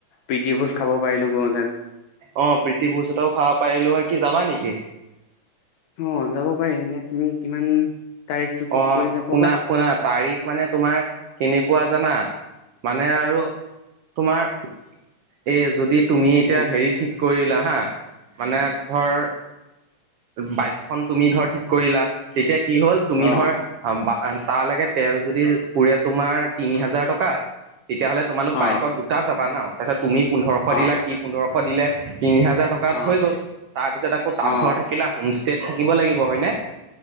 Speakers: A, on the left (about 70°); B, on the right (about 75°).
A: প্ৰিতি ভোজ খাব পাৰিলো গৈ হেঁতেন।
B: অ', প্ৰীতি ভোজ এটাও খাব পাৰিলো হয়, কি যাবা নেকি?
A: অ', যাব পাৰি এতিয়া তুমি কিমান তাৰিখটো ঠিক
B: অ',
A: কৰিছা ক'বা
B: শুনা, শুনা তাৰিখ মানে তোমাৰ, কেনেকুৱা জানা, মানে আৰু, তোমাৰ এইয়া যদি তুমি এতিয়া
A: উম
B: হেৰি ঠিক কৰিলা হা, মানে, ধৰ বাইকখন তুমি ধৰ থিক কৰিলা, তেতিয়া কি হ'ল তুমি
A: অঁ
B: ধৰ আমি বা তাল লৈকে তেল যদি, পুৰে তোমাৰ, তিনি হাজাৰ টকা, তেতিয়াহ'লে তোমালোক বাইকত
A: অঁ
B: দুটা যাবা ন? তাৰপিছত তুমি পোন্ধৰশ দিলা,
A: অঁ
B: সি পোন্ধৰশ দিলে, তিনি হাজাৰ টক কাত
A: অঁ
B: হৈ গ'ল। তাৰ পিছত আকৌ তাঁত
A: অঁ
B: ধৰ থাকিলা, হোম ষ্টেত থাকিব লাগিব হয়নে?